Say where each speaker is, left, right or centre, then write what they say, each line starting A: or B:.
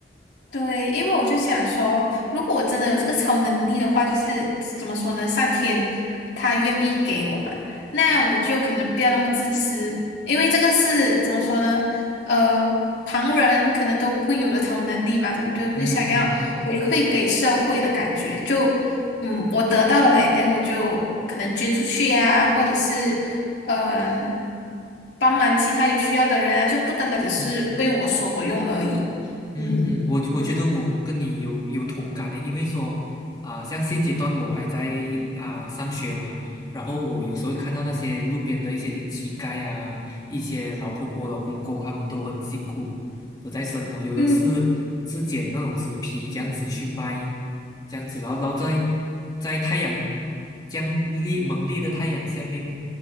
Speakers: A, on the left (about 75°); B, on the left (about 25°).
A: 对，因为我就想说，如果我真的有这个超能力的话，就是怎么说呢？上天他愿意给我嘛，那我就可能不要那么自私，因为这个是怎么说呢？呃，旁人可能都不会有的超能力嘛，对不对？我就想要回馈给社会的感觉，
B: 嗯嗯，对。
A: 就嗯，我得到了，等我就可能捐出去呀、或者是嗯、帮忙其他有需要的人啊，就不单单只是为我所用而已。
B: 嗯嗯嗯，
A: 嗯，
B: 我我觉得我跟你有有同感的，因为说啊、像现阶段我还在啊、上学嘛，然后我有时候会看到那些路边的一些乞丐啊，一些老婆婆、老公公，他们都很辛苦，都在生活，有的是是捡那种纸皮这样子去卖，
A: 嗯
B: 这样子，然后然后在在太阳这样烈猛烈的太阳下面